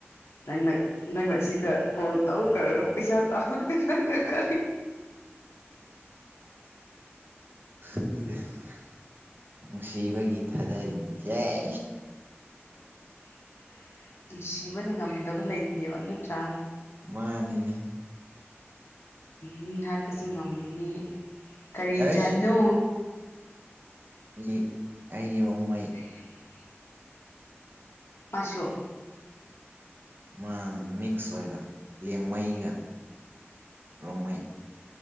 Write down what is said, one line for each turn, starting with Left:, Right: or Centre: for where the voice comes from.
Left: ꯅꯪꯅ ꯅꯪꯅ ꯁꯤꯗ ꯀꯣꯜ ꯇꯧ ꯇꯧꯔ ꯄꯩꯁꯥ ꯇꯥꯜꯂꯒ ꯅꯪꯅ ꯀꯔꯤ
Right: <unintelligible> ꯅꯨꯡꯁꯤꯕꯒꯤ ꯊꯥꯗꯔꯤꯅꯤ ꯁꯦꯁ
Left: <unintelligible> ꯅꯨꯡꯁꯤꯕꯅ ꯉꯝꯗꯕ ꯂꯩꯇꯦꯕ ꯅꯠꯇ꯭ꯔꯥ
Right: ꯃꯥꯅꯤꯅꯦ
Left: ꯃꯤ ꯍꯥꯠꯄꯁꯨ ꯉꯝꯃꯤ ꯀꯔꯤ
Right: ꯑꯩꯁ
Left: ꯖꯥꯠꯅꯣ
Right: ꯑꯩ ꯑꯩꯗꯤ ꯔꯣꯡꯃꯩ
Left: <inaudible> ꯃꯥꯁꯨ
Right: ꯃꯥꯅ ꯃꯤꯛꯁ ꯑꯣꯏꯕ ꯂꯦꯡꯃꯩꯒ ꯔꯣꯡꯃꯩ